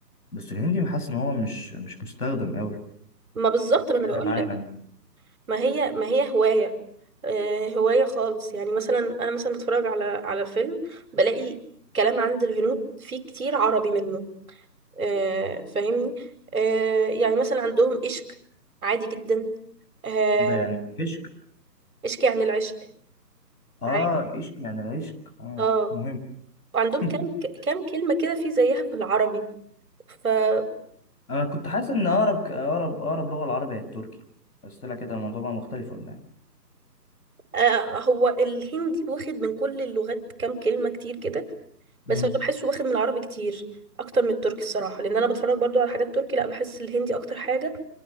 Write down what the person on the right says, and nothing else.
ما بالظبط ما
انا بقول
لك ما هي ما هي هوايه آه، هوايه خالص يعني مثلا انا مثلا بتفرج على على فيلم بلاقي كلام عند الهنود فيه كتير عربي منه آه، فاهمني آه، يعني مثلا عندهم عشق عادي جدا آه،
اشكي عن العشق
عادي
اه
وعندهم
كام كام كلمة كده في زيها في العربي فبتلقط
آه، هو الهندي واخد من كل اللغات كام كلمة كتير كده
بس انا بحسه واخد من العربي كتير اكتر من التركي الصراحة لان انا بتفرج برضو على حاجات تركي لا بحس الهندي اكتر حاجة